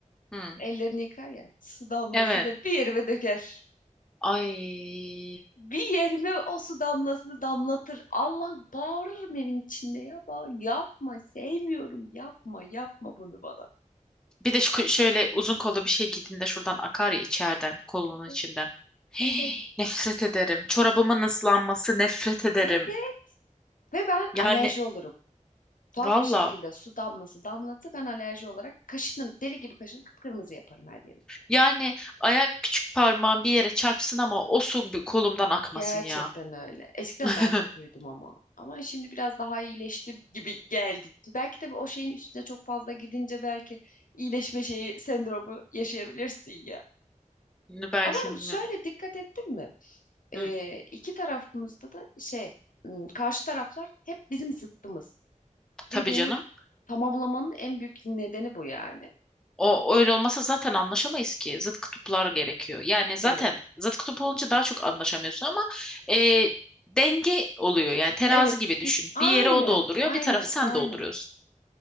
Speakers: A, in the centre; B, on the left.
A: Hı.
B: Ellerini yıkar ya. Su damlasıyla
A: Evet.
B: bir yerime döker.
A: Ay.
B: Bir yerime o su damlasını damlatır. Allah bağırırım evin içinde ya. Bağır. Yapma sevmiyorum. Yapma yapma bunu bana.
A: Bir de şu- şöyle uzun kollu bir şey giydiğinde şuradan akar ya içeriden, kolunun
B: Evet
A: içinden. <gasps> Hii,
B: evet
A: Nefret ederim. Çorabımın ıslanması nefret ederim.
B: evet. Ve ben
A: Yani
B: alerji olurum. tuhaf
A: valla.
B: bir şekilde su damlası damlattı. Ben alerji olarak kaşınırım. Deli gibi kaşınırım. Kıpkırmızı yaparım her yerimi.
A: Yani ayak küçük parmağım bir yere çarpsın ama o su bir kolumdan akmasın
B: Gerçekten
A: ya.
B: öyle. Eskiden
A: <laughs>
B: daha kötüydüm ama. Ama şimdi biraz daha iyileştim gibi geldi. Belki de o şeyin üstüne çok fazla gidince belki iyileşme şeyi sendromu yaşayabilirsin ya.
A: Bunu Belki
B: Ama
A: bilmiyorum.
B: şöyle dikkat ettin mi? Ee,
A: Hı,
B: iki tarafımızda da şey ım, karşı taraflar hep bizim zıttımız.
A: tabii
B: Birbirini
A: canım.
B: tamamlamanın en büyük nedeni bu yani.
A: O öyle olmasa zaten anlaşamayız ki. Zıt kutuplar gerekiyor. Yani zaten
B: Evet.
A: zıt kutup olunca daha çok anlaşamıyorsun ama e, denge oluyor. Yani terazi
B: Evet,
A: gibi düşün.
B: bir, aynen,
A: Bir yere o dolduruyor,
B: aynen,
A: bir tarafı sen
B: aynen.
A: dolduruyorsun.